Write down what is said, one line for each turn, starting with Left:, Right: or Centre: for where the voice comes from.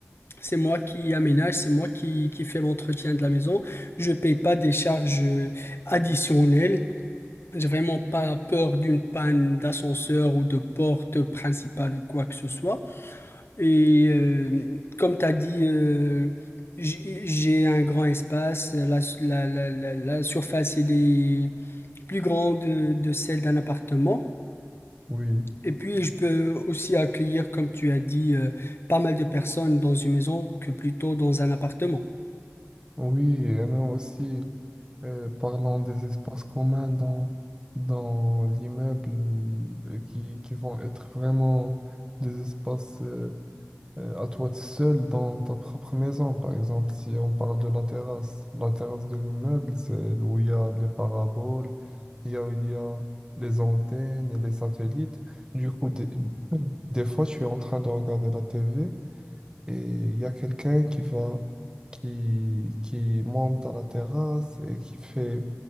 Left: C'est moi qui aménage, c'est moi qui, qui fais l'entretien de la maison. Je paye pas des charges euh, additionnelles. J'ai vraiment pas peur d'une panne d'ascenseur ou de porte principale ou quoi que ce soit. Et euh, comme tu as dit, euh, j'ai j'ai un grand espace. La, la- la- la- la surface elle est plus grande de de celle d'un appartement.
Right: Oui,
Left: Et puis, je peux aussi accueillir, comme tu as dit, euh, pas mal de personnes dans une maison que plutôt dans un appartement.
Right: oui, et même aussi, euh, parlant des espaces communs dans, dans l'immeuble euh, qui, qui vont être vraiment des espaces euh, euh, à toi tout seul dans ta propre maison. Par exemple, si on parle de la terrasse, la terrasse de l'immeuble, c'est où il y a les paraboles, il y a où il y a les antennes et les satellites. Du coup, des, des fois, je suis en train de regarder la TV et il y a quelqu'un qui va, qui, qui monte à la terrasse et qui fait,